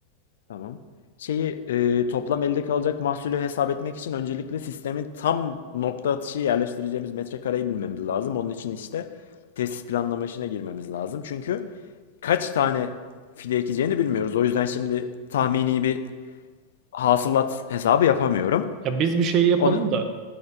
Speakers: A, on the left; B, on the right.
A: tamam. Şeyi e, toplam elde kalacak mahsulü hesap etmek için öncelikle sistemin tam nokta atışı yerleştireceğimiz metrekareyi bilmemiz lazım. Onun için işte tesis planlama işine girmemiz lazım. Çünkü kaç tane fide ekeceğini bilmiyoruz. O yüzden şimdi tahmini bir hasılat hesabı yapamıyorum.
B: Ya biz bir şeyi yapalım
A: Onu
B: da